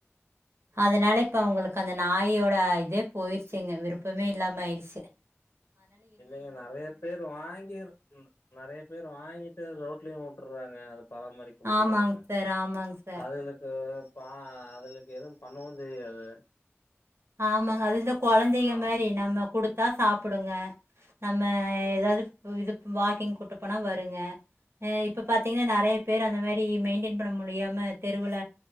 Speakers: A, on the right; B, on the left.
A: அதனால அவங்களுக்கு அந்த நாயோட அட இதே போயிருச்சுங்க விருப்பமே இல்லாம ஆயிடுச்சு
B: இல்லங்க நெறைய பேரு வாங்கிரு நெறைய பேர் வாங்கிட்டு ரோட்லயு வுட்டுர்றாங்க அது பராமரிக்க முடியாம
A: ஆமாங்க சார் ஆமாங்க சார்
B: அதுகளுக்கு ப்ப அதுலக்கு எதுவு பண்ணவு தெரியாது
A: ஆமா அதுந்து கெழந்தைங்க
B: ஆ.
A: மாரி நம்ம குடுத்தா சாப்ப டுங்க நம்ம ஏதாவது இது வாக்கிங் கூட்ட போனா வருங்க இப்ப பாத்தீங்கன்னா நெறைய பேர் அந்த மாரி மெயின்டென் பண்ண முடியாம தெருவுல